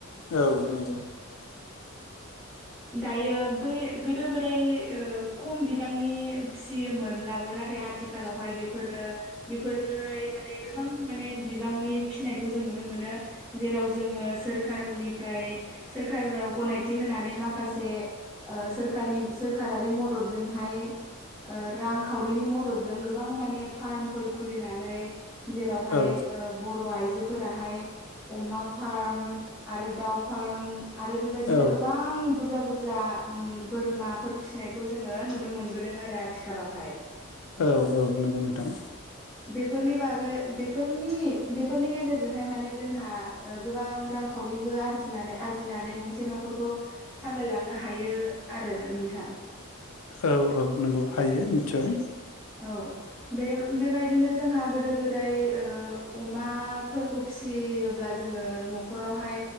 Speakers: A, on the left; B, in the centre.
A: औ नंगौ
B: <unintelligible> दायो बै गोदो गोदाय खम बिबांनि फिसियोमोनब्लाबो नाथाय आं आथिखालावहाय बेफोरो बेफोरोहाय माने गोबां माने बिबांनि फिसिनायखौ जों नुनो मोन मोनो जेराव जोङो सोरखारनिफ्राय सोरखाराव गनायथि थि होनानै माखासे सोरखारनि सोरखारारि मददजोंहाय ओ रांखावरिनि मददजों गोबां माने फार्मफोर खुलिनानै जेरावहाय
A: औ
B: ओ बर' आइजो फोराहाय अमा फार्म आरो दाउ फार्म आरो बेबायदिनो
A: औ
B: गोबां बुरजा बुरजा उम बोरमाफोर फिसिनायखौ जोङो नुनो मोनबोदों। दों आरो आथिखालावहाय
A: औ औ नंगौ नोंथां।
B: बेफोरनि बागै बेफोरनि बेफोरनि गेजेर जोंहाय माने जोंहा गोबां रांखावरिबो आरजिनानै आरजिनानै गंसे न'ख खौ सामलायलांनो हायो आरो नो नोंथां।
A: औ औ नंगौ हायो निसय ।
B: औ बे बेबायदिनो जोंहा गोदो गोदाय ओ अमाफोरखौ फिसियोब्ला जोङो न'खरावहाय